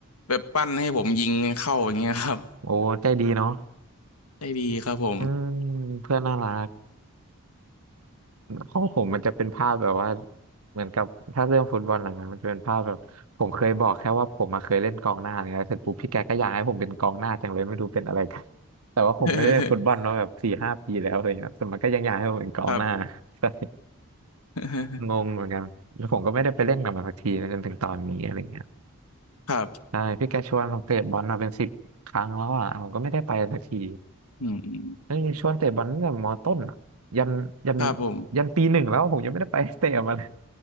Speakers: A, on the left; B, on the right.
A: แบบปั้นให้ผมยิงเข้าอย่างเงี้ยครับ
B: โอ้ใจดีเนาะ
A: ได้ดีครับผม
B: อืมเพื่อนน่ารัก ห้องผมมันจะเป็นภาพแบบว่าเหมือนกับถ้าเรื่องฟุตบอลอะไรเงี้ยมันจะเป็นภาพแบบผมเคยบอกแค่ว่าผมมาเคยเล่นกองหน้าเนี่ย้เสร็จปุ๊บพี่แกก็อยากให้ผมเป็นกองหน้าจังเลยไม่รู้เป็นอะไรกันแต่ว่าผมไม่ได้เล่นฟุตบอลมาแบบสี่ห้าปีแล้วอะไรเงี้ยแต่มันก็ยังอยากให้ผมเป็นกองหน้า
A: <laughs> ครับ
B: <laughs> ใช่
A: <laughs>
B: งงเหมือนกันแล้วผมก็ไม่ได้ไปเล่นกับมันสักทีนะจนถึงตอนนี้อะไรเงี้ย
A: ครับ
B: ใช่พี่แกชวนผมเตะบอลมาเป็นสิบครั้งแล้วอ่ะผมก็ไม่ได้ไปสักที
A: อืม
B: เอ้ยชวนเตะบอลตั้งแต่มต้นอะยันยัน
A: ครับผม
B: ยันปีหนึ่งแล้วผมยังไม่ได้ไป <laughs> เตะมาเลย